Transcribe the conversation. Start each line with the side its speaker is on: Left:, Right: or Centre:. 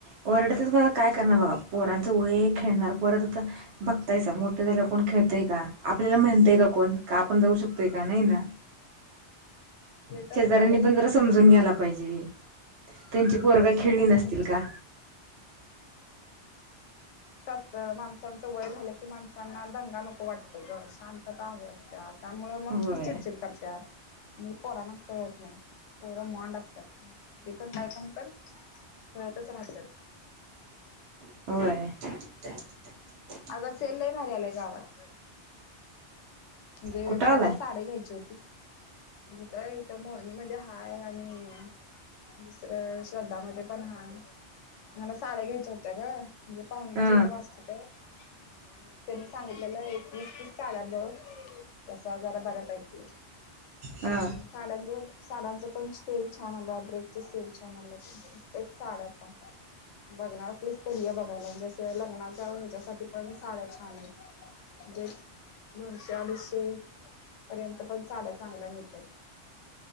Right: वरडतील - काय करणार बघा
Left: ते
Right: पोरांचं वयए खेळणार पोरत. <unintelligible> मोठं झालं कोण खेळतए का? आपल्याला म्हणतय का कोण? का आपण जाऊ शकतोय का नाही ना?
Left: तर
Right: शेजाऱ्यांनी
Left: झालंच
Right: पण जरा
Left: ते
Right: समजून घ्यायला पाहिजे. त्यांची पोरग-
Left: कुठलं
Right: खेळली
Left: कोण
Right: नसतील
Left: सम
Right: का?
Left: अस असत माणसांचं वय झालं की माणसांना दंगा नको वाटतो ग. शांतता हवी असते - त्यामुळे मग
Right: होय
Left: ती चिडचिड करत्यात. म पोरांना कळत नाही. पोरं वांड असतात. ते पण काही पण पण- खेळतच राहतात.
Right: होय.
Left: अग सेल्ल <unintelligible> गावात. म्हणजे
Right: कुठं
Left: मला
Right: आलाय
Left: आता साडी घ्यायचे होती- घुट आहे तर, मॉर्निगमध्ये हाय आणि दुसरं- श्रद्धामध्ये. पण हा मला साड्या घ्यायच्या होत्या ग, म्हणजे पाहुण्यांच्या
Right: हा
Left: इथे वाचत त्या- हा मग त्यांनी सांगितलेलं एक वीस तीस साड्या बघ. दस हजारा बऱ्यापैकी
Right: हा
Left: साड्या - साड्यांचा पण सेल छान आला. ड्रेसचा सेल छान आला. तेच साड्यात- बघणार आपली <unintelligible> लग्नाच्या ह्याच्यासाठी पण साड्या छान आहेत. म्हणजे- दोनशे अडीचशे पर्यंत पण साड्या चांगल्या मिळतात.